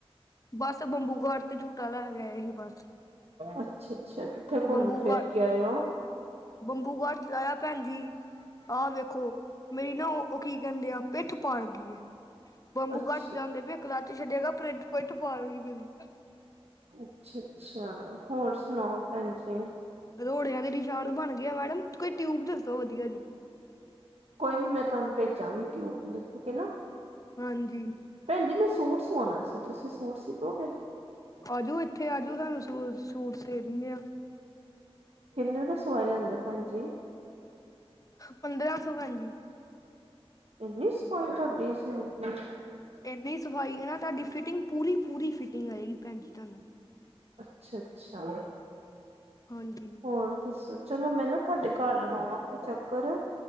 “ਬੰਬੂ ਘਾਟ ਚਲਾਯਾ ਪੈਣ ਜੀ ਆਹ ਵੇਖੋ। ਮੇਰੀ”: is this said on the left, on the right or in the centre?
Left